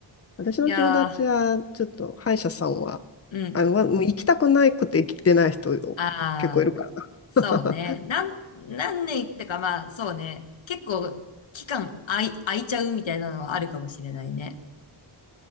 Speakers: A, on the left (about 30°); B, on the left (about 80°).
A: 私の友達は、
B: いや
A: ちょっと歯医者さんは、
B: ー、うん。
A: あの、わもう行きたくないくて行きてない人
B: ああ、
A: 結構いるからな。
B: そうね。
A: <laughs>
B: なん、何年ってかまあ、そうね。結構、期間あい、空いちゃうみたいなのはあるかもしれないね。